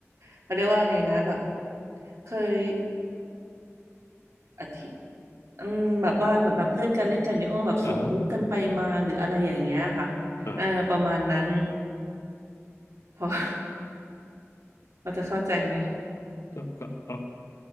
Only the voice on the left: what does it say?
อ่าฮะอ่า
ก็ก็ก็